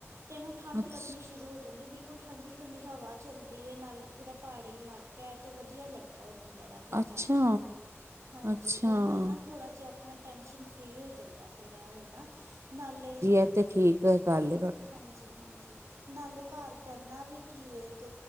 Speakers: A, on the right (about 85°); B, on the right (about 65°).
A: ਤੇ ਨਾ ਠਾੱਢ
B: ਅੱਛ
A: ਲੱਗਨੀ ਸ਼ੁਰੂ ਓ ਜੱਨਦੀ ਏ ਬਿਲ ਕੁਲ ਠੰਡੀ-ਠੰਡੀ ਹਵਾ ਚੱਲਦੀ ਏ ਨਾਲੇ ਥੋੜਾ ਪਾੜੀ ਇਲਾਕੈ ਤੇ ਵਦੀਆ ਲੱਗਦੈ ਓ ਥੇ ਬੜਾ ਫੇਰ
B: ਅੱਛਾ
A: ਜਾ ਕੇ ਨਾ, ਹਾਂਜੀ
B: ਅੱਛਾ
A: ਬੰਦਾ ਨਾ ਥੋੜਾ ਜਯਾ ਅਪਨੲ ਟੈਂਸ਼ਨ ਫਰੀ ਓ ਜੱਨਦੈ ਫੇਰ ਐ ਓਏ ਨਾ, ਨਾਲੇ
B: ਐਤੇ ਠੀਕ ਏ ਗਾੱਲ
A: ਹਾਂਜੀ-ਹਾਂਜੀ। ਨਾਲੇ ਘਾੱਰ ਕਰਨਾ ਵੀ ਕੀ ਏ ਏਕ